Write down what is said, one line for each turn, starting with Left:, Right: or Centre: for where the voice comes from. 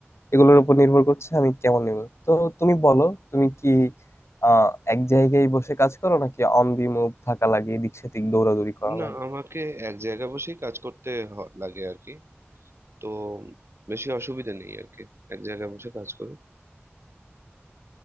Left: এগুলোর উপর নির্ভর করছে আমি কেমন নিব তো তুমি বলো তুমি কি আহ এক জায়গায় বসে কাজ করো নাকি অন দি মুভ থাকা লাগে এদিক সেদিক দৌড়াদৌড়ি করা
Right: না
Left: লাগে
Right: আমাকে এক জায়গায় বসেই কাজ করতে হ- লাগে আর কি তো বেশি অসুবিধা নেই আর কি এক জায়গায় বসে কাজ করি